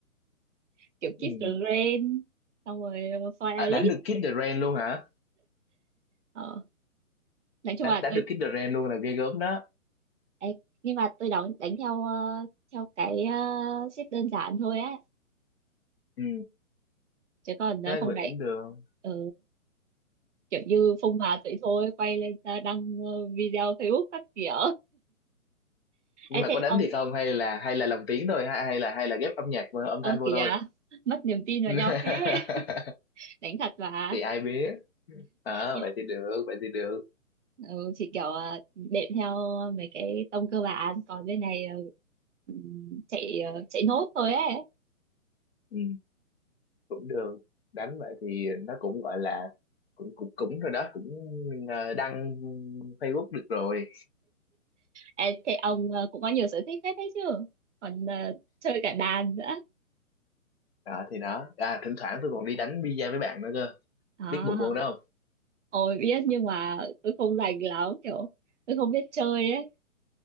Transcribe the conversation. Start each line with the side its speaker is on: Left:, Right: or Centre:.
Right: <laughs> kiểu
Left: ừ.
Right: Kiss the Rain xong rồi ờ, Fire
Left: à đánh
Right: Elite
Left: được Kid the Rain luôn hả
Right: Ờ, nói chung
Left: đánh
Right: là
Left: đánh
Right: tôi
Left: được Kid the Rain luôn là ghê gớm đó
Right: ê, nhưng mà tôi đánh đánh theo ờ, theo cái ờ, xếp đơn giản thôi á
Left: ừ.
Right: chứ còn ờ,
Left: Thế
Right: không
Left: vậy
Right: đánh
Left: cũng được
Right: ừ kiểu như phông má vậy thôi quay lên ra đăng ờ, video Facebook các kiểu
Left: nhưng
Right: Ê
Left: mà
Right: thế
Left: có đánh
Right: ông
Left: thì không hay là hay là lồng tiếng thôi hay hay là hay là ghép âm nhạc và âm
Right: ơ
Left: thanh vô
Right: kìa
Left: thôi
Right: mất niềm tin vào
Left: <laughs>
Right: nhau thế <laughs> đánh thật mà
Left: thì ai biết à,
Right: nhưng
Left: vậy thì được vậy thì được
Right: ừ, chỉ kiểu ờ, đệm theo mấy cái tông cơ bản còn bên này ờ, ừm, chạy ờ, chạy nốt thôi ấy
Left: ừ. cũng được đánh vậy thì nó cũng gọi là cũng cũng cũng rồi đó cũng ờ, đăng Facebook được rồi
Right: Ê, thế ông ờ, cũng có nhiều sở thích hết đấy chứ còn ờ, chơi cả đàn nữa
Left: đó thì đó à thỉnh thoảng tôi còn đi đánh bi-a với bạn nữa cơ
Right: à
Left: biết bộ môn đó không
Right: ôi biết nhưng mà tôi không rành lắm kiểu tôi không biết chơi ấy